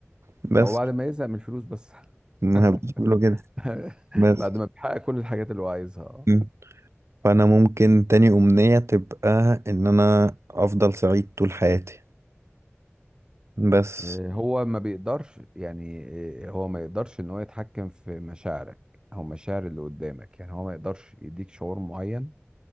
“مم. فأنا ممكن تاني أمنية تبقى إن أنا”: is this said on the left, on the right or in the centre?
Right